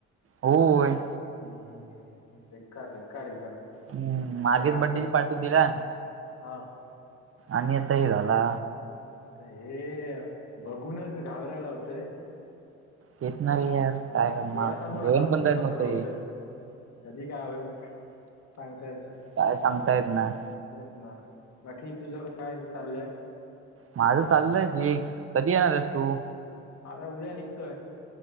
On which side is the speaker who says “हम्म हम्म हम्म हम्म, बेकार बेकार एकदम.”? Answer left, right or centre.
Left